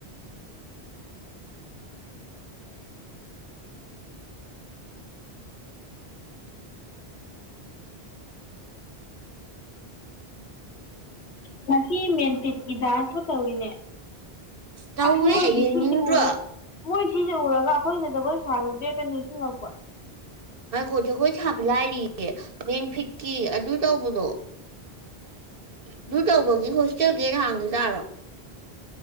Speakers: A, on the left (about 90°); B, on the right (about 60°).
A: ꯉꯁꯤ ꯃꯦꯟꯐꯤꯠꯀꯤ ꯗꯥꯟꯁꯨ ꯇꯧꯋꯤꯅꯦ
B: ꯇꯧꯋꯦ
A: ꯑꯁ ꯃꯣꯏꯒꯤ
B: ꯌꯦꯡꯅꯤꯡꯗ꯭ꯔꯣ
A: ꯁꯤꯁꯤ ꯎꯔꯣ ꯃꯣꯏ ꯁꯤꯖꯦ ꯎꯔꯒ ꯑꯈꯣꯏꯅ ꯖꯒꯣꯏ ꯁꯥꯒꯤꯕꯗꯨ ꯍꯦꯛꯇ ꯅꯤꯡꯁꯤꯡꯉꯛꯄ
B: ꯉꯥꯏꯈꯣ ꯖꯒꯣꯏ ꯁꯥꯕ ꯂꯥꯏꯔꯤꯌꯦ ꯃꯦꯟ ꯐꯤꯠꯀꯤ ꯑꯗꯨ ꯇꯧꯕꯗꯣ ꯑꯗꯨ ꯇꯧꯕꯒꯤ ꯍꯣꯁꯇꯦꯜ ꯒꯦꯠ ꯑꯩ ꯍꯥꯡꯗ ꯆꯥꯔꯣ